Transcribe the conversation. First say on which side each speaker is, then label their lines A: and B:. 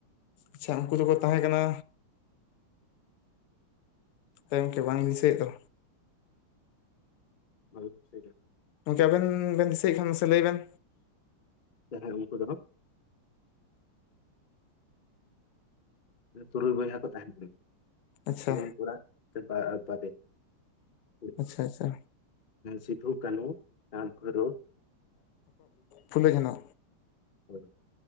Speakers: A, on the left; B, on the left.
A: ᱟᱪᱪᱷᱟ ᱩᱱᱠᱩ ᱫᱚᱠᱚ ᱛᱟᱦᱮᱸ ᱠᱟᱱᱟ ᱜᱚᱢᱠᱮ ᱵᱟᱝ ᱫᱤᱥᱟᱹᱭᱮᱫ ᱫᱚ
B: ᱵᱟᱵᱤᱱ ᱫᱤᱥᱟᱭᱫᱟ?
A: ᱜᱚᱢᱠᱮ ᱟᱵᱮᱱ ᱵᱮᱱ ᱫᱤᱥᱟᱹᱭᱮᱫ ᱠᱷᱟᱱ ᱢᱟᱥᱮ ᱞᱟᱹᱭ ᱵᱮᱱ
B: ᱦᱮᱸ ᱩᱱᱠᱩ ᱫᱚ ᱦᱟᱸᱜ ᱛᱩᱨᱩᱭ ᱵᱚᱭᱦᱟ ᱠᱚ ᱛᱟᱦᱮ ᱠᱟᱱᱟ
A: ᱟᱪᱪᱷᱟ
B: ᱯᱩᱱᱤᱭᱟ ᱠᱚᱲᱟ ᱵᱟᱨᱮᱭᱟ ᱠᱩᱲᱤ
A: ᱟᱪᱪᱷᱟ ᱟᱪᱪᱷᱟ
B: ᱥᱤᱫᱷᱩ ᱠᱟᱹᱱᱦᱩ ᱪᱟᱸᱫᱽ ᱵᱷᱚᱭᱨᱚ
A: ᱯᱷᱩᱞᱚ ᱡᱷᱟᱱᱚ
B: ᱦᱳᱭ᱾